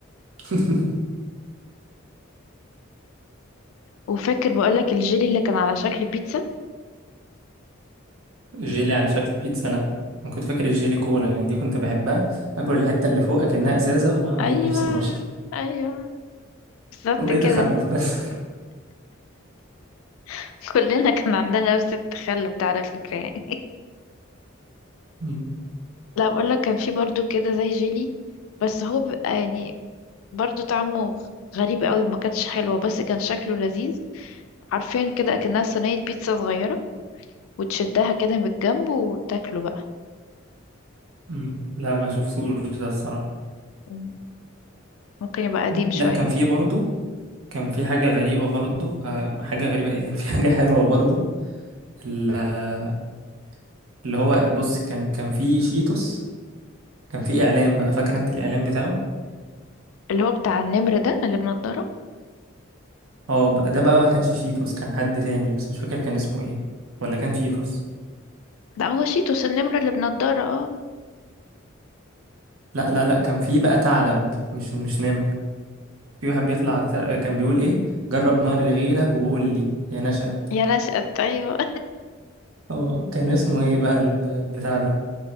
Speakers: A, on the right (about 85°); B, on the left (about 80°).
A: <laughs>
B: وفاكر بقولك الجيلي اللي كان على شكل بيتزا
A: جيلي على شكل بيتزا لا انا كنت فاكر الجيلي كولا يعني دي كنت بحبها اكل الحتة اللي فوق اكنها ازازة واعمل
B: ايوه
A: نفسي بشرب
B: ايوه بالظبط
A: والله
B: كده
A: تخلف بس
B: <laughs> كلنا كان عندنا نفس التخلف ده على فكرة يعني
A: م-
B: <laughs> لا بقول لك كان في برضو كده زي جيلي بس هو بيبقى يعني برضو طعمه غريب قوي ما كانتش حلوة بس كان شكله لذيذ عارفين كده اكنها صينية بيتزا صغيرة وتشدها كده من الجنب وتاكله بقى
A: م. لا ما شفتوش ده الصراحة
B: مم. ممكن يبقى قديم
A: م.
B: شوية
A: لا كان في برضه كان في حاجة غريبة برضه آه حاجة غريبة ايه كان في حاجة حلوة برضه ال- آه، اللي هو بص كان كان في شيتوس كان في اعلان بقى فاكر انت الاعلان بتاعه
B: اللي هو بتاع النمر ده اللي بنضارة
A: اه بقى- ده بقى ما كانش شيتوس كان حد تاني بس مش فاكر كان اسمه ايه ولا كان شيتوس
B: لا هو شيتوس النمر اللي بنضارة اه
A: لا لا لا كان في بقى ثعلب مش مش نمر في واحد بيطلع ث- كان بيقول ايه جرب نار الغيرة وقول لي يا نشأة
B: يا نشأت ايوه
A: اه كان اسمه ايه بقى ال- البتاع ده